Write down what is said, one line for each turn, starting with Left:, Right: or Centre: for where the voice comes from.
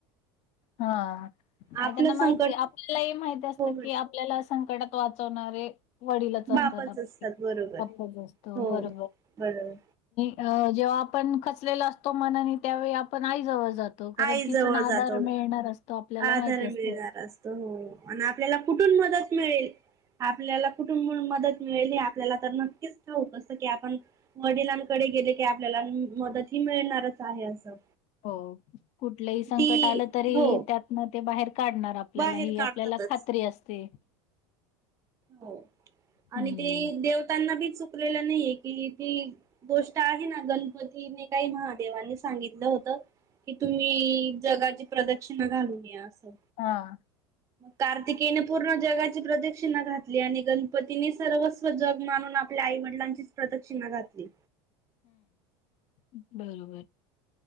Left: हा आणि
Right: आपलं
Left: त्यांना माहितीये
Right: संकट
Left: आपल्यालाही माहिती असतं
Right: हो
Left: की आपल्याला संकटात वाचवणारे वडिलच असतात
Right: बापच
Left: आपले
Right: असतात बरोबर
Left: आपल्याबरोबर
Right: हो बरोबर
Left: अ जेव्हा आपण खचलेला असतो मनाने त्यावेळी आपण आई जवळ जातो. कारण
Right: आई
Left: तिथून
Right: जवळ
Left: आधार
Right: जातो
Left: मिळणार असतो आपल्याला
Right: आदर
Left: माहिती असतं
Right: मिळणार असतो हो आणि आपल्याला कुठून कुठून मदत मिळेल आपल्याला कुठून कुठून मदत आपल्याला तर नक्कीच ठाऊक असत की आपण वडिलांकडे गेले की आपल्याला मदती मिळणारच आहे असं
Left: हो कुठलंही संकट
Right: ती
Left: आलं तरी
Right: हो
Left: त्यातन ते बाहेर काढणार आपल्याला
Right: बाहेर
Left: ही
Right: काढतातच
Left: आपल्याला खात्री असते.
Right: हो
Left: हम्म
Right: आणि ते देवतांना बी चुक लेलं नाहीये कि ती गोष्ट आहे ना गणपतीने काही महादेवांनी सांगितलं होत. कि तुम्ही जगाची प्रदक्षिणा घालून या असं
Left: हा
Right: कार्तिकेयने पूर्ण जगाची प्रदक्षिणा घातली आणि गणपतीने सर्व जग मानून आपल्या आई वडिलांचीच प्रदक्षिणा घातली.
Left: बरोबर बरोबर